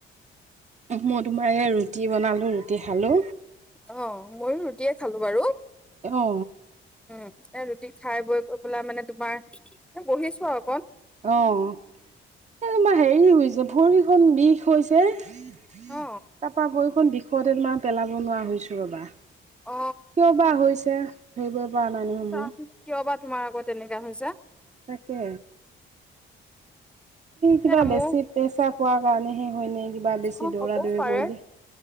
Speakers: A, on the right; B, in the centre.
A: মই তোমাৰ এয়া ৰুটি বনালো ৰুটি খালো
B: অ ময়ো ৰুটিয়ে খালো বাৰু,
A: অ
B: উম এ ৰুটি খাই বৈ কৈ পেলাই মানে তোমাৰ বহিছো আৰু অকণ।
A: অ এ তোমাৰ হেৰি হৈছে ভৰিখন বিষ হৈছে তাৰপৰা
B: অ
A: ভৰিখন বিষতে মই পেলাব নোৱাৰা হৈছো ৰ'বা। কিয়
B: অ
A: বা হৈছে ধৰিবই পৰা নাই নহয়
B: চা
A: মোৰ
B: কিয় বা তোমাৰ আকৌ তেনেকুৱা হৈছে।
A: তাকে। কিবা
B: এ
A: বেছি
B: মোৰ
A: প্ৰেচাৰ পোৱাৰ কাৰণেহে হয় নে কি কিবা বেছি
B: অ
A: দৌৰা
B: হ'বও
A: দৌৰি
B: পাৰে
A: কৰিলে,